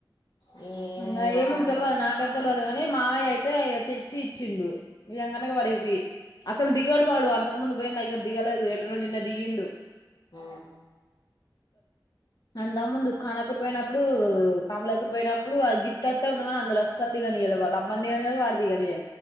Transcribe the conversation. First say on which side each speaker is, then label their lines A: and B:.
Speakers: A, on the left; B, on the left.
A: నేను
B: ఇంగ
A: ఈ మావోడు
B: ఏమ తెలివదు నాకై తెలియదు కానీ మావయ్య అయితే ఇగా తెచ్చి ఇచ్చిండు ఈయంగానే వాడు ఎగిరిండు అసలు దిగడు వాడు అంతకు ముందు పోయిన దిగలేదు ఎట్రనో నిన్న దిగిండు
A: హ
B: అంద ముందు దుఃఖానా అ పోయినప్పుడు కమ్లరి పోయినప్పుడుఆ గిత్తతస్ అందులో అసలు దిగనీయల వాలు అమ్మందిగాని దిగాలి ఎ